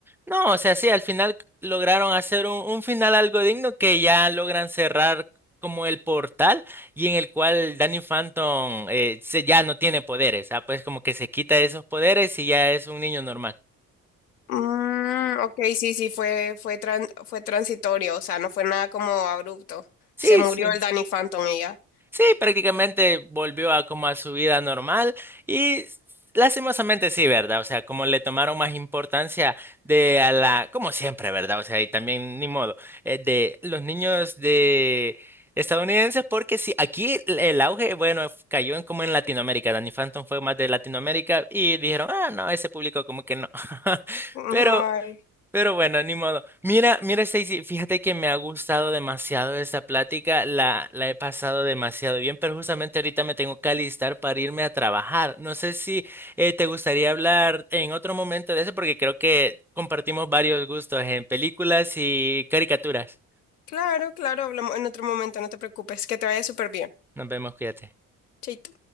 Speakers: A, in the centre; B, on the left (about 85°).
A: No, o sea, sí, al final lograron hacer un, un final algo digno que ya logran cerrar como el portal y en el cual Danny Phantom eh, se, ya no tiene poderes, ah, pues como que se quita esos poderes y ya es un niño normal.
B: Mm, ok, sí, sí, fue, fue, tran- fue transitorio, o sea, no fue nada como abrupto.
A: Sí,
B: Se murió
A: sí.
B: el Danny Phantom y ya.
A: Sí, prácticamente volvió a como a su vida normal y lastimosamente sí, ¿verdad? O sea, como le tomaron más importancia de a la, como siempre, ¿verdad? O sea, y también ni modo, eh, de los niños de estadounidenses, porque sí, aquí el el auge, bueno, cayó en como en Latinoamérica, Danny Phantom fue más de Latinoamérica y dijeron, ah, no, ese público como que no. <laughs>
B: Ay,
A: Pero pero bueno, ni modo. Mira, mira, Stacy, fíjate que me ha gustado demasiado esta plática, la, la he pasado demasiado bien, pero justamente ahorita me tengo que alistar para irme a trabajar. No sé si eh, te gustaría hablar en otro momento de eso, porque creo que compartimos varios gustos en películas y caricaturas.
B: claro, claro, hablamos en otro momento, no te preocupes, que te vaya súper bien.
A: Nos vemos, cuídate.
B: Chaito.